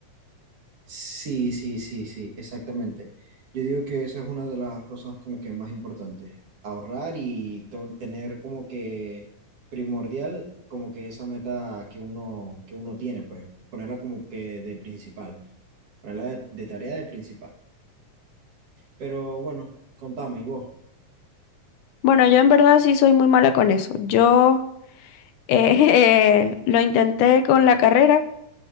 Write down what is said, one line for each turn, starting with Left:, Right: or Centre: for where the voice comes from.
Right: Sí, sí, sí, sí, exactamente. Yo digo que esa es una de las cosas como que más importantes. Ahorrar y to- tener como que primordial, como que esa meta que uno, que uno tiene, pues ponerla como que de principal, ponerla de, de tarea de principal. Pero bueno, contame, ¿y vos?
Left: Bueno, yo en verdad sí soy muy mala con eso. Yo eh, <laughs> lo intenté con la carrera.